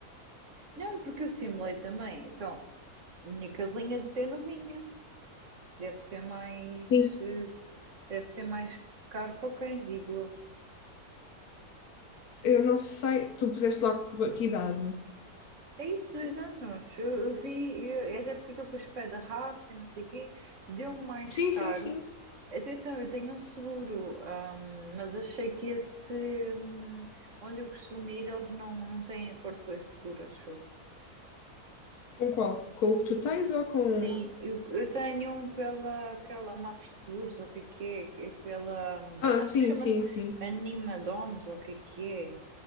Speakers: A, on the right; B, on the left.
A: Não, porque eu simulei também. Então, a minha cadelinha de ter novinha. Deve ser mais,
B: Sim.
A: eh, deve ser mais caro para cães, digo eu.
B: Eu não sei, tu puseste lá que que idade?
A: É isso, dois anos. Eu, eu vi, eu- é até porque aquele depois pede a raça e não sei o quê, deu mais
B: Sim,
A: caro.
B: sim, sim.
A: Atenção, eu tenho um seguro, ahm, mas achei que esse, hum, onde eu costumo ir, eles não, não têm acordo com esse seguro, acho eu.
B: Com qual? Com o que tu tens ou com.
A: Sim, eu, eu tenho um pela aquela Mafra Seguros, ou o que é que é, é pela, hum,
B: Ah,
A: acho
B: sim,
A: que chama-se
B: sim, sim.
A: Animadoms ou o que é que é,